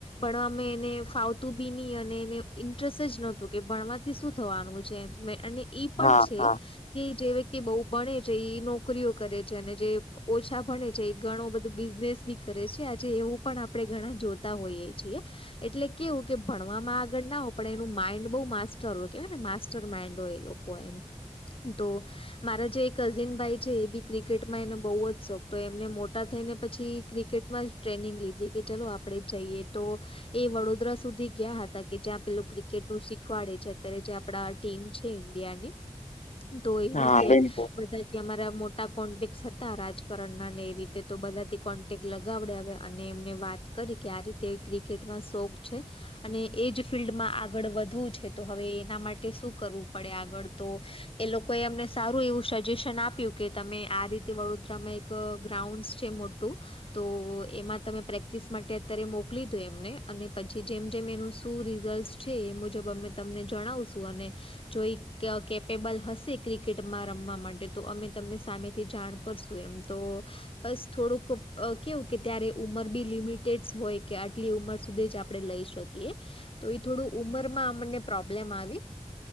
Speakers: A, on the left; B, on the left.
A: ભણવામાં એને ફાવતું બી નહી અને એને ઇન્ટરેસ્ટ જ નહોતું કે ભણવા થી શું થવાનું છે અને ઈ
B: હા
A: પણ છે.
B: હા
A: કે જે વ્યક્તિ બહુ ભણે છે એ નોકરીઓ કરે છે અને જે ઓછા ભણે છે ઘણો બધો બિઝનેસ બી કરે છે. જે એવું પણ આપણે ઘણા જોતા હોઈએ છીએ. એટલે કેવું કે ભણવામાં આગળ ના હોય પણ એનું માઇન્ડ બહુ માસ્ટર હોય કેવાય ને માસ્ટર માઇન્ડ હોય એ લોકો. કો એમ, તો મારા જે એક કઝિન ભાઈ છે એ બી ક્રિકેટમાં એને બહુ જ શોખ તો એમને મોટા થઈ ને પછી ક્રિકેટમાં જ ટ્રેનિંગ લીધી કે ચલો આપણે જઈએ તો એ વડોદરા સુધી ગયા હતા કે જ્યાં પેલું ક્રિકેટ નું શીખવાડે છે અત્યારે જે આપડા ટીમ છે ઇન્ડિયાની.
B: <inaudible>
A: તો એ
B: હા
A: રીતે,
B: બિલકુલ
A: બધા ત્યા અમારા મોટા કોન્ટેક હતા રાજકારણ ના ને એ રીતે તો બધાથી કોન્ટેક્ટ લગાવડે હ્યા. અને એમને વાત કરી કે આ રીતે ક્રિકેટમાં શોખ છે. અને એજ ફિલ્ડમાં આગળ વધવું છે તો હવે એના માટે શું કરવું પડે આગળ તો. એ લોકો એ અમને સારું એવું સજેશન આપ્યું કે તમે આ રીતે વડોદરામાં ગ્રાઉન્ડ છે મોટું, તો એમાં તમે પ્રેક્ટિસ માટે અત્યારે મોકલી દો એમને અને પછી જેમ જેમ એનું શું રિઝલ્ટ છે એ મુજબ અમે તમને જણાવશું અને જોઈ કેપેબલ હશે ક્રિકેટમાં રમવા માટે તો અમે તમને સામેથી જાણ કરશું એમ. તો, બસ થોડુંક કેવું કે ત્યારે ઉંમર બી લિમિટેડ હોય કે આટલી ઉંમર સુધી જ આપણે લઈ શકીએ. તો એ થોડું ઉમર માં મને પ્રોબ્લેમ આવી,